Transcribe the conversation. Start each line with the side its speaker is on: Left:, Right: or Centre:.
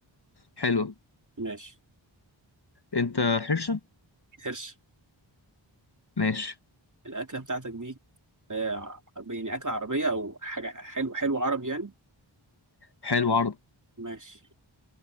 Left: حلوه
Right: ماشي
Left: انت حرشه
Right: حرش
Left: ماشي
Right: الاكله بتاعتك دي آه يعني اكله عربيه او حاجه حلو حلو عربي يعني
Left: حلو عرض
Right: ماشي